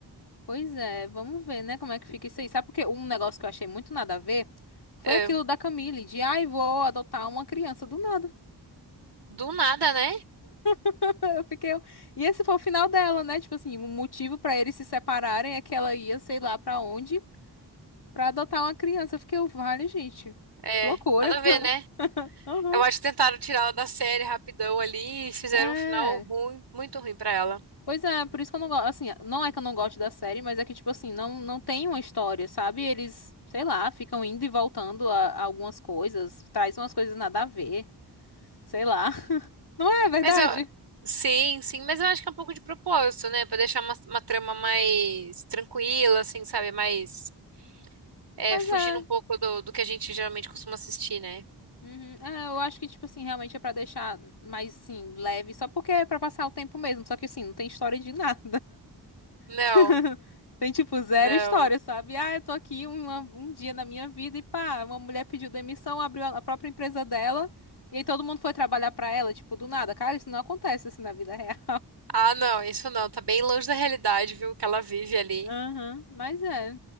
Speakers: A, on the left; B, on the right.
A: Pois é, vamos ver, né, como é que fica isso aí. Sabe porque um negócio que eu achei muito nada a ver foi
B: É,
A: aquilo da Camille, de ai, vou adotar uma criança do nada.
B: do nada, né?
A: <laughs> Eu fiquei. E esse foi o final dela, né? Tipo assim, o motivo pra eles se separarem é que ela ia, sei lá pra onde, pra adotar uma criança. Eu fiquei, vale, gente.
B: É,
A: Loucura.
B: nada a
A: <laughs>
B: ver, né?
A: Aham.
B: Eu acho que tentaram tirar ela da série rapidão ali e fizeram
A: É.
B: um final ruim, muito ruim pra ela.
A: Pois é, por isso que eu não gosto, assim, não é que eu não gosto da série, mas é que, tipo assim, não, não tem uma história, sabe? Eles, sei lá, ficam indo e voltando a, a algumas coisas, traz umas coisas nada a ver, sei lá. <laughs> Não é verdade?
B: Mas eu, sim, sim, mas eu acho que é um pouco de propósito, né? Pra deixar uma, uma trama mais tranquila, assim, sabe? Mais, é,
A: Pois
B: fugindo
A: é.
B: um pouco do, do que a gente geralmente costuma assistir, né?
A: Uhum. É, eu acho que, tipo assim, realmente é pra deixar mais, assim, leve, só porque é pra passar o tempo mesmo, só que, assim, não tem história de <laughs> nada.
B: Não,
A: <laughs> Tem, tipo, zero
B: não.
A: história, sabe? Ah, eu tô aqui uma- um dia na minha vida e pá, uma mulher pediu demissão, abriu a a própria empresa dela e aí todo mundo foi trabalhar pra ela, tipo, do nada. Cara, isso não acontece assim na vida real.
B: Ah, não, isso não. Tá bem longe da realidade, viu? Que ela vive
A: <laughs>
B: ali.
A: Aham, mas é.